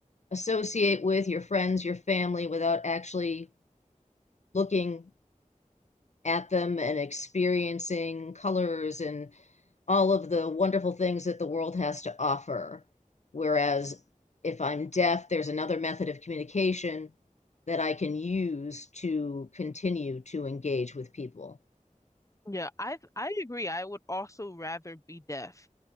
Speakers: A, on the left; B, on the left.
A: associate with, your friends, your family, without actually looking at them and experiencing colors and all of the wonderful things that the world has to offer. Whereas if I'm deaf, there's another method of communication that I can use to continue to engage with people.
B: Yeah, I I agree. I would also rather be deaf